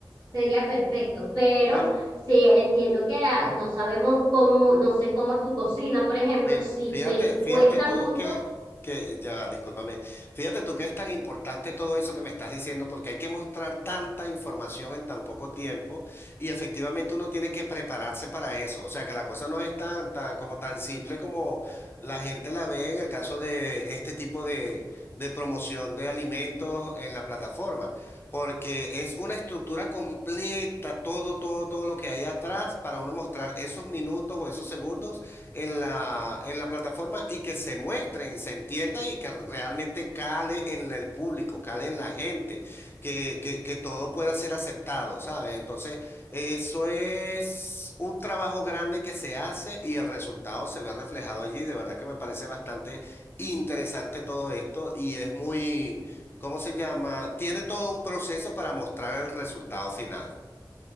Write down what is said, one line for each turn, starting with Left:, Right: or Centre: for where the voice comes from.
Right: sería perfecto, pero
Left: Bueno,
Right: si entiendo que ah, no sabemos cómo, no sé cómo es tu cocina, por ejemplo,
Left: Fí-
Right: si
Left: Fíjate,
Right: te
Left: fíjate
Right: cuesta
Left: tú
Right: mucho
Left: que, que, ya va, discúlpame, fíjate tú que es tan importante todo eso que me estás diciendo porque hay que mostrar tanta información en tan poco tiempo y efectivamente uno tiene que prepararse para eso, o sea que la cosa no es tan, tan, como tan simple como la gente la ve en el caso de este tipo de, de promoción de alimentos en la plataforma, porque es una estructura completa, todo, todo, todo lo que hay atrás para uno mostrar esos minutos o esos segundos en la, en la plataforma y que se muestren, se entiendan y que realmente cale en el público, cale en la gente, que, que, que todo pueda ser aceptado, ¿sabes? Entonces, eso es un trabajo grande que se hace y el resultado se ve reflejado allí. De verdad que me parece bastante interesante todo esto y es muy, ¿cómo se llama? Tiene todo un proceso para mostrar el resultado final.